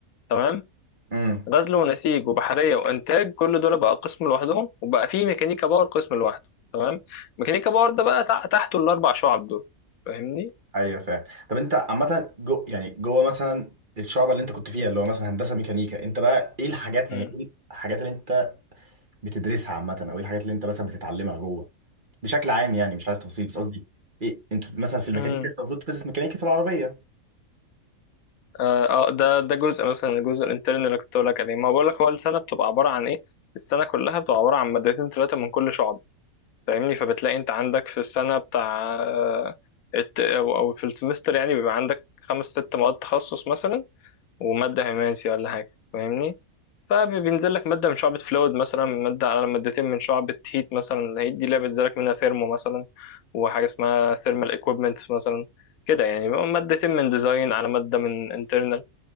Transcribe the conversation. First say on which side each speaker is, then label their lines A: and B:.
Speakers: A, on the left; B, on the right.
A: تمام
B: امم
A: غزل ونسيج وبحريه وانتاج كل دول بقى قسم لوحدهم وبقى في ميكانيكا باور قسم لوحده تمام ميكانيكا باور ده بقى تع- تحته الاربع شعب دول فاهمني
B: ايوه فاهم طب انت عامه جو يعني جوه مثلا الشعب اللي انت كنت فيها اللي هو مثلا هندسه ميكانيكا انت بقى ايه الحاجات يعني
A: امم
B: ايه الحاجات اللي انت بتدرسها عامه او ايه الحاجات اللي انت مثلا بتتعلمها جوه بشكل عام يعني مش عايز تفاصيل بس قصدي ايه انت مثلا في الميكانيكا
A: والله
B: انت المفروض تدرس ميكانيكا العربيه
A: اه آه، ده ده جزء مثلا الجزء الانترن اللي كنت بقول لك عليه ما بقول لك هو السنه بتبقى عباره عن ايه السنه كلها بتبقى عباره عن مادتين ثلاثه من كل شعب فاهمني فبتلاقي انت عندك في السنه بتاع آه، الت- او أو في السمستر يعني بيبقى عندك خمس ست مواد تخصص مثلا وماده هيماسي ولا حاجه فاهمني فبينزل لك ماده من شعبة فلويد مثلا ماده على مادتين من شعبة هيت مثلا هيت دي اللي بينزل لك منها ثيرمو مثلا وحاجه اسمها ثيرمال ايكويبمنتس مثلا كده يعني بيبقى مادتين من ديزاين على مادة من internal